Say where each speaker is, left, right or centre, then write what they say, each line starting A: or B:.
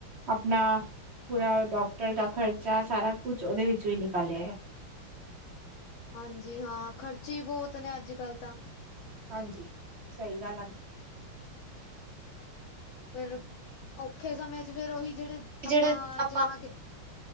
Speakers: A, on the right; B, on the left.
A: ਆਪਣਾ ਪੂਰਾ ਡਾਕ ਟਰ ਦਾ ਖਰਚਾ ਸਾਰਾ ਕੁਛ ਓਦੇ ਵਿੱਚੋ ਹੀ ਨਿਕਾਲਿਆ ਐ।
B: ਹਾਂਜੀ ਹਾਂ ਖਰਚੇ ਹੀ ਬੋਤ ਨੇ ਅੱਜ ਕੱਲ ਤਾ।
A: ਹਾਂਜੀ ਸਈ ਗੱਲ ਆ।
B: ਫਿਰ ਔਖੇ ਸਮੇ ਚ ਫੇਰ ਉਹੀ ਜੇੜੇ ਆਪਾਂ
A: ਜਿਹੜੇ ਆਪਾਂ
B: ਜਮਾ ਕੀ